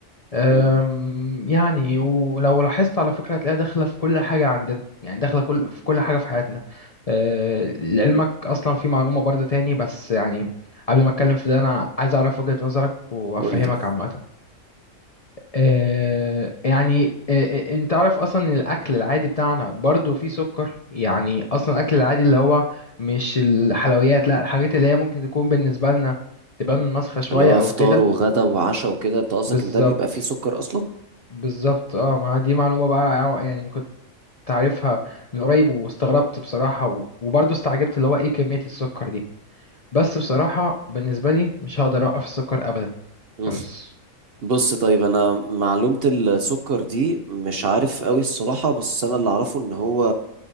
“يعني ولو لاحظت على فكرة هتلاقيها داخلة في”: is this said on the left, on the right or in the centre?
Left